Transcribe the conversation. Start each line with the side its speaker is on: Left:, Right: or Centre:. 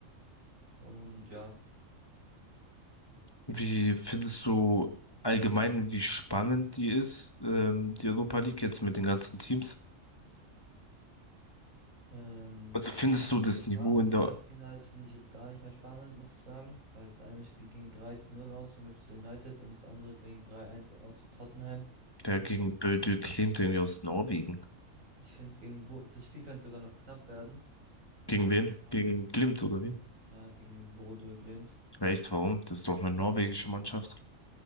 Right: Und ja,
Left: Wie findest du allgemein, wie spannend die ist, ähm, die Europa League jetzt mit den ganzen Teams?
Right: ähm,
Left: Also findest du das
Right: So gerade
Left: Niveau in
Right: die
Left: der,
Right: Halbfinals finde ich jetzt gar nicht mehr spannend, muss ich sagen, weil das eine Spiel ging 3 zu 0 aus für Manchester United und das andere ging 3-1 aus für Tottenham.
Left: der gegen
Right: Und
Left: Bodø Glimt irgendwie aus Norwegen?
Right: ich finde, gegen Bo das Spiel könnte sogar noch knapp werden.
Left: Gegen wen?
Right: Ah.
Left: Gegen Glimt oder wie?
Right: Ja, gegen Bodø Glimt.
Left: Echt, warum? Das ist doch eine norwegische Mannschaft.